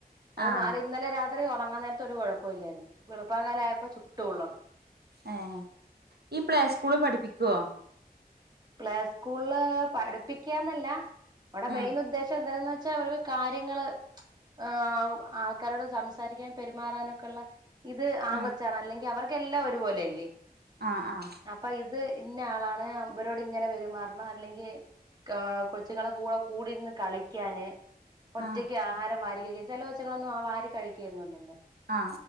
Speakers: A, on the right; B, on the right.
A: അത്
B: ആഹ്
A: മാറി ഇന്നലെ രാത്രി ഉറങ്ങാൻ നേരത്ത്ഒരു കുഴപ്പഇില്ലായിരുന്നു വെളുപ്പാൻകാല ആയപ്പോ ചുട്ടുപൊള്ളുന്നു
B: ഏ ഈ പ്ലേ സ്കൂള് പഠിപ്പിക്കുവോ
A: പ്ലേ സ്കൂളില് പഠിപ്പിക്കാന്നല്ല അവിടെ
B: ഉം
A: മെയിൻ ഉ ചന്തംന്ന് വെച്ചാ അവർ ടെ കാര്യങ്ങള് ആ് ആൾക്കാരോട് സംസാരിക്കാൻ പെരുമാറാനൊക്കെള്ള ഇത് ആ
B: ഉം
A: കൊച്ചാണ് അല്ലെങ്കിൽ അവർക്കെല്ലാം ഒരുപോലെയല്ലേ
B: ആ ആ
A: അപ്പൊ ഇത് ഇന്ന ആളാണ് അവരോട് ഇങ്ങനെ വെരുമാറണം അല്ലെങ്കിൽ ക കൊച്ചുങ്ങളെ കൂടെ കൂടിരുന്ന് കളി കാന് ഒറ്റയ്ക്ക്
B: ആഹ്
A: ആഹാരം വാരി കഴിക്കാൻ ചില കൊച്ചുങ്ങളൊന്നും ആ വാരി കഴിക്കുകൊന്നുംല്ലല്ലോ
B: ആ